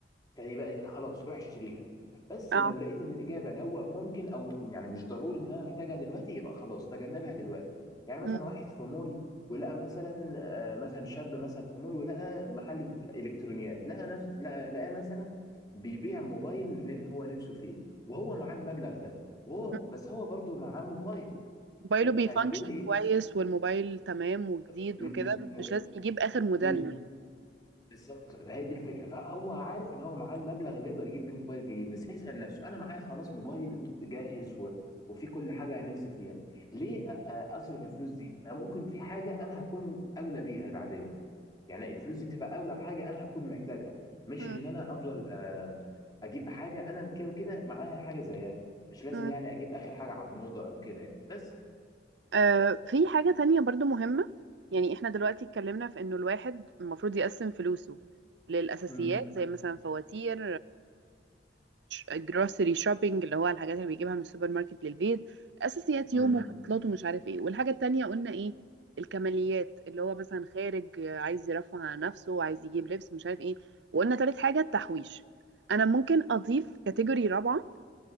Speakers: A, on the left; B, on the right.
A: يعني بقى خلاص روح اشتريها بس
B: اه
A: لو لقيت ان الاجابه اللي هو ممكن او يعني مش ضروري ان انا محتاجها دلوقتي يبقى خلاص تجنبها دلوقتي يعني مثلا
B: مم.
A: واحد في مول ولقى مثلا آه، مثلا شاب مثلا في مول ولقى محل ب- الكترونيات لقى نفس لقى لقى مثلا بيبيع موبايل نف- هو نفسه فيه وهو معاه المبلغ ده وهو
B: مم.
A: بس هو برضه معاه موبايل
B: موبايله
A: ب-
B: بيفانكشن
A: فيقول ايه
B: كويس والموبايل تمام وجديد
A: بالظبط الم-
B: وكده
A: م-
B: مش لازم يجيب اخر موديل
A: م- بالظبط فهي دي الفكره فهو عارف ان هو معاه المبلغ اللي يقدر يجيب بيه موبايل جديد بس يسال نفسه انا معايا خلاص موبايل جاهز و... وفي كل حاجه انا نفسي فيها ليه أ- أ- اصرف الفلوس دي ما ممكن في حاجه انا هكون اولى بيها بعدين يعني الفلوس دي تبقى اولى بحاجه انا هكون محتاجها مش
B: مم.
A: ان انا افضل آم، اجيب حاجه انا كده وكده معايا حاجه زيها مش لازم
B: مم.
A: يعني اجيب اخر حاجه على الموضه او كده يعني بس
B: آه في حاجة تانية برضو مهمة يعني احنا دلوقتي اتكلمنا في انه الواحد المفروض يقسم فلوسه للأساسيات
A: امم
B: زي مثلا فواتير جروسري شوبينج اللي هو الحاجات اللي بيجيبها من السوبر ماركت للبيت أساسيات
A: امم
B: يومه ومواصلاته ومش عارف ايه والحاجة التانية قلنا ايه الكماليات اللي هو مثلا خارج آه، عايز يرفه عن نفسه عايز يجيب لبس مش عارف ايه وقلنا تالت حاجة التحويش أنا ممكن أضيف كاتيجوري رابعة